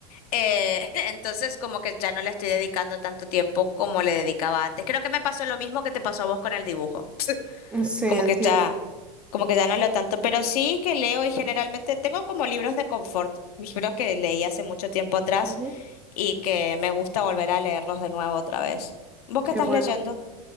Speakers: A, on the left; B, in the centre.
A: eh, <laughs> entonces como que ya no le estoy dedicando tanto tiempo como le dedicaba antes. Creo que me pasó lo mismo que te pasó a vos con el dibujo.
B: ujú. Sí,
A: Como
B: entiendo.
A: que ya, como que ya no leo tanto, pero sí que leo y generalmente tengo como libros de confort, libros que leí hace mucho tiempo atrás
B: Ujú.
A: y que me gusta volver a leerlos de nuevo otra vez. ¿Vos
B: Qué
A: qué estás
B: bueno.
A: leyendo?